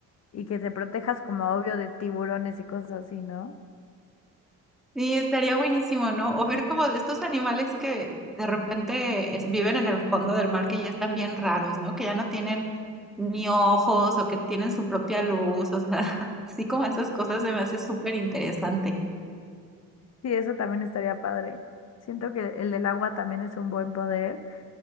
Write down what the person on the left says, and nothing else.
y que te protejas como obvio de tiburones y cosas así, ¿no?
Sí, eso también estaría padre. Siento que el del agua también es un buen poder.